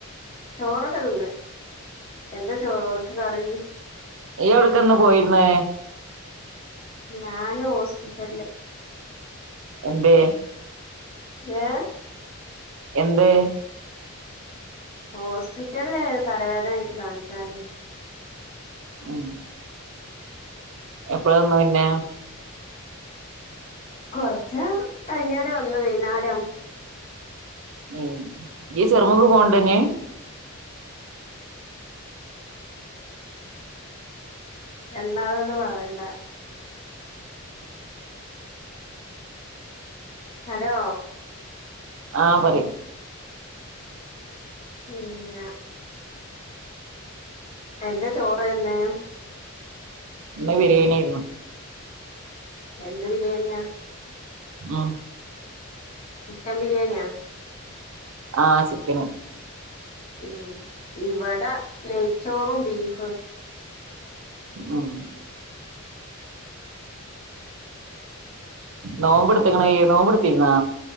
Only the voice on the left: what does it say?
ചോറൊക്കെ തിന്ന് എന്താ ചോറ് കറി
ഞാന് ഹോസ്പിറ്റലില്
ഏ
ഹോസ്പിറ്റലിൽ തലവേദന ആയിട്ട് കാണിക്കാന്
കൊറച്ച് കഴിഞ്ഞേരെ വന്നു വൈന്നാരം
<unintelligible> പറയണ്ടാ ഹലോ
പിന്ന എന്താ ചോറേന്ന്
എന്ത് ബിരിയാണിയാ
ചിക്കൻ ബിരിയാണിയാ
ഉം ഇവടെ നെയ്ച്ചോറും ബീഫ്